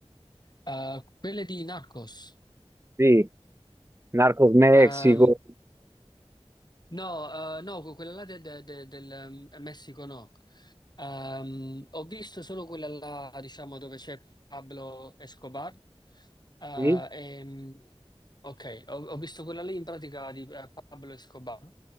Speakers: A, on the left; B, on the right.
A: Uh, quelle di Narcos.
B: Sì, Narcos Mexico,
A: Ehm, no, eh, no, quella là de- de- de- del ehm, Messico no. Ehm, ho visto solo quella là, diciamo, dove c'è Pablo Escobar. Eh,
B: sì.
A: ehm, ok, ho, ho visto quella lì in pratica di eh, Pablo Escobar.